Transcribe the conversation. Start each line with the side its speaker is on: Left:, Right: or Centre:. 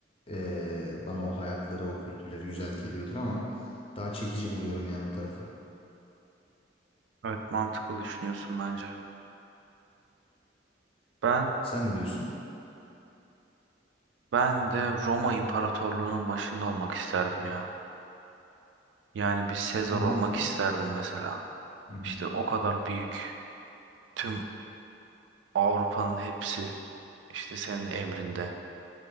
Left: eee, bana o hayatları o kültürleri güzel geliyordur ama daha çekici buluyorum yani o tarafı.
Right: Evet mantıklı düşünüyorsun bence. Ben
Left: Sen ne diyorsun?
Right: ben de Roma İmparatorluğu'nun başında olmak isterdim ya. Yani bir Sezar
Left: Neden
Right: olmak
Left: ona?
Right: isterdim mesela.
Left: Hı hı.
Right: İşte o kadar büyük. Tüm Avrupa'nın hepsi işte senin emrinde.